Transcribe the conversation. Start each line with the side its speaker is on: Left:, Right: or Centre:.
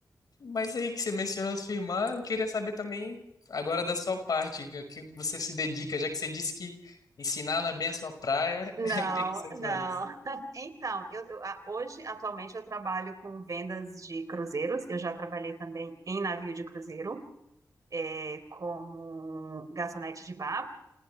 Left: Mas aí que você mencionou sua irmã, eu queria saber também agora da sua parte, o que você se dedica, já que você disse que ensinar não é bem a sua praia,
Right: Não,
Left: <laughs> o que que você
Right: não.
Left: faz?
Right: <laughs> Então, eu, eu- a- hoje, atualmente, eu trabalho com vendas de cruzeiros. Eu já trabalhei também em navio de cruzeiro. é, como garçonete de bar.